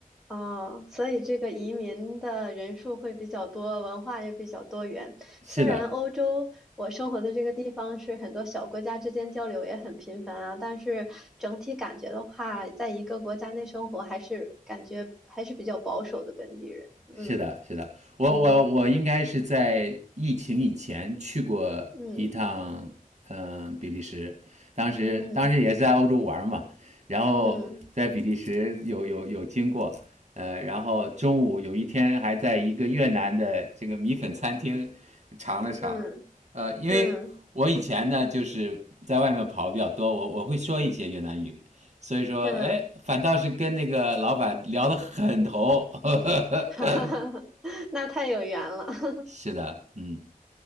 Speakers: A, in the centre; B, on the right (about 50°).
A: 哦，所以这个移民的人数会比较多，文化也比较多元。
B: 是的，
A: 虽然欧洲我生活的这个地方是很多小国家之间交流也很频繁啊，但是整体感觉的话，在一个国家内生活还是感觉还是比较保守的本地人。嗯
B: 是的，是的，我我我应该是在疫情以前去过一趟，
A: 嗯嗯
B: 嗯，比利时，当时当时也是在欧洲玩嘛，
A: 嗯
B: 然后在比利时有有有经过，
A: 嗯
B: 呃，然后中午有一天还在一个越南的这个米粉餐厅尝了尝，
A: 嗯
B: 呃，因为我以前呢就是在外面跑比较多，
A: 嗯
B: 我我会说一些越南语，所以说，
A: 嗯，
B: 哎，反倒是跟那个老板聊得很投，<laughs> 呵呵
A: 哈哈哈哈，<laughs> 那太有缘了，<laughs>
B: 是的，嗯，